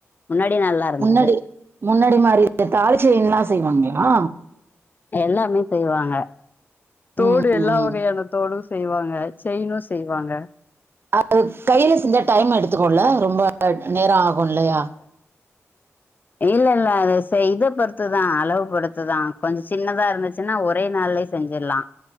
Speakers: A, on the left; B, on the right.
A: முன்னாடி நல்லா இருந்தது
B: முன்னாடி முன்னாடி மாரி தாலி செயின்ல்லா செய்வாங்களா
A: எல்லாமே செய்வாங்க தோடு
B: ம்
A: எல்லா
B: ம்.
A: வகையான தோடும் செய்வாங்க செயினும் செய்வாங்க
B: அது கையில செஞ்சா டைம் எடுத்துக்கோல ரொம்ப நேரம் ஆகும் இல்லையா
A: இல்ல இல்ல அது செய் இத பொறுத்துதான் அளவு பொறுத்துதான் கொஞ்சம் சின்னதா இருந்துச்சுன்னா ஒரே நாள்ளயே செஞ்சிரலா